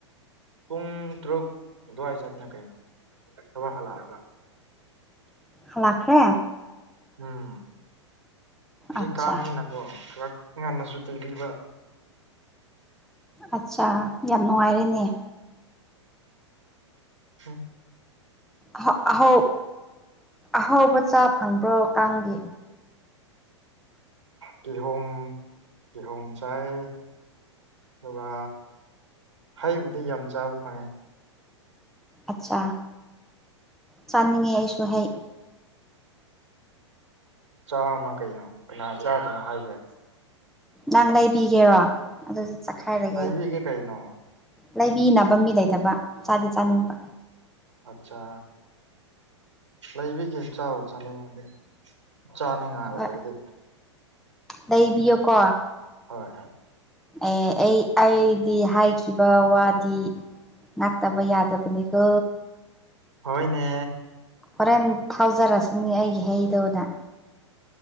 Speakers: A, on the right; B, in the centre.
A: ꯄꯨꯡ ꯇꯔꯨꯛ ꯑꯗꯨꯋꯥꯏ ꯆꯠꯄꯅꯦ ꯀꯩꯅꯣ ꯊꯕꯛ ꯍꯜꯂꯛꯑꯒ
B: ꯍꯂꯛꯈ꯭ꯔꯦ
A: ꯎꯝ ꯍꯨꯖꯤꯛ
B: ꯑꯠꯆꯥ
A: ꯀꯥꯡꯅꯤꯅꯀꯣ ꯈꯔꯛ ꯉꯟꯅ ꯁꯨꯇꯤ ꯄꯤꯕ
B: ꯑꯆꯥ ꯌꯥꯝ ꯅꯨꯡꯉꯥꯏꯔꯦꯅꯦ
A: ꯎ
B: ꯑꯍꯧ ꯑꯍꯧ ꯑꯍꯧꯕ ꯆꯥ ꯐꯪꯕ꯭ꯔꯣ ꯀꯥꯡꯒꯤ
A: ꯀꯤꯍꯣꯝ ꯀꯤꯍꯣꯝꯆꯥꯏ ꯑꯗꯨꯒ ꯍꯩꯕꯨꯗꯤ ꯌꯥꯝ ꯆꯥꯕ ꯐꯪꯉꯦ
B: ꯑꯠꯆꯥ ꯆꯥꯅꯤꯡꯉꯦ ꯑꯩꯁꯨ ꯍꯩ
A: ꯆꯥꯎꯅ ꯀꯩꯅꯣ ꯀꯅꯥ ꯆꯥꯒꯅꯣ ꯍꯥꯏꯒꯦ
B: ꯅꯪ ꯂꯩꯕꯤꯒꯦꯔꯣ ꯑꯗꯨꯗꯤ ꯆꯥꯈꯥꯏꯔꯒꯦ
A: ꯂꯩꯕꯤꯒꯦ ꯀꯩꯅꯣ
B: ꯂꯩꯕꯤꯅꯕ ꯃꯤ ꯂꯩꯇꯕ ꯆꯥꯗꯤ ꯆꯥꯅꯤꯡꯕ
A: ꯑꯆꯥ ꯂꯩꯕꯤꯒꯦ ꯆꯥꯎ ꯆꯥꯅꯤꯡꯉꯗꯤ ꯆꯥꯅꯤꯡꯉꯥꯏ ꯑꯣꯏꯔꯗꯤ
B: ꯍꯣꯏ ꯂꯩꯕꯤꯌꯣꯀꯣ
A: ꯍꯣꯏ ꯍꯣꯏ
B: ꯑꯦ ꯑꯩ ꯑꯩꯗꯤ ꯍꯥꯏꯈꯤꯕ ꯋꯥꯗꯤ ꯉꯥꯛꯇꯕ ꯌꯥꯗꯕꯅꯤꯀꯣ
A: ꯍꯣꯏꯅꯦ
B: ꯍꯣꯔꯦꯟ ꯊꯥꯎꯖꯔꯁꯤꯅꯤ ꯑꯩꯒꯤ ꯍꯩꯗꯨꯅ